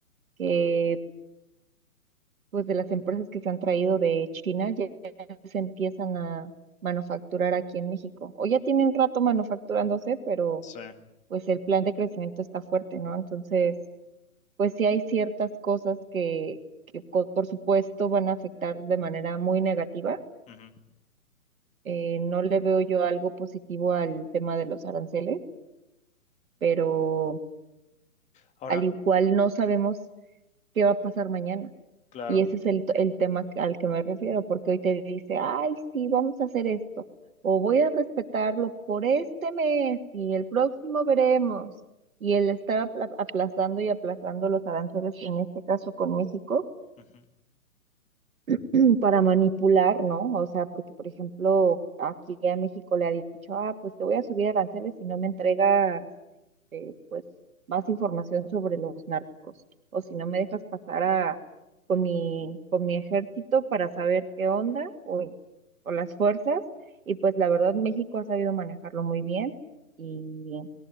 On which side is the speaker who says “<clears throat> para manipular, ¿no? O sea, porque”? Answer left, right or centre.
Right